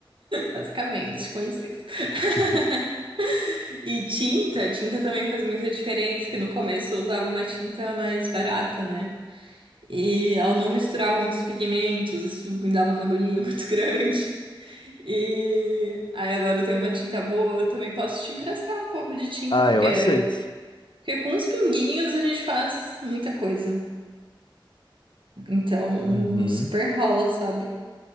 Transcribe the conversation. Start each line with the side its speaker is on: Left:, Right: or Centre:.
Right: Basicamente, com licença. <laughs>
Left: <laughs>
Right: E tinta, tinta também faz muita diferença, que no começo eu usava uma tinta mais barata, né? E ela não misturava muitos pigmentos, isso me dava uma agonia <laughs> muito grande. E aí agora eu tenho uma tinta boa, eu também posso te emprestar um pouco de tinta,
Left: Ah,
Right: porque,
Left: eu aceito.
Right: porque com os pinguinhos a gente faz muita coisa. Então,
Left: Uhum.
Right: super rola, sabe?